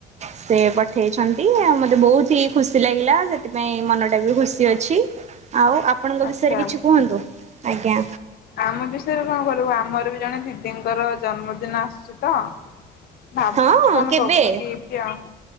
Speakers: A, on the right; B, on the left.
A: ସେ ପଠେଇଛନ୍ତି ଆଉ ମତେ ବହୁତ ହି ଖୁସି ଲାଗିଲା ସେଥିପାଇଁ ମନ ଟା ବି ଖୁସି ଅଛି ଆଉ ଆପଣଙ୍କ
B: ଆଚ୍ଛା।
A: ବିଷୟରେ କିଛି କୁହନ୍ତୁ ଆଜ୍ଞା।
B: ଆମ ବିଷୟରେ କଣ କରିବୁ ଆମର ବି ଜଣେ ଦିଦିଙ୍କର ଜନ୍ମଦିନ ଆସୁଛି ତ ଭାବୁଛୁ
A: ହଁ
B: କଣ
A: କେବେ
B: ଦବୁ ଗିଫ୍ଟି ଆ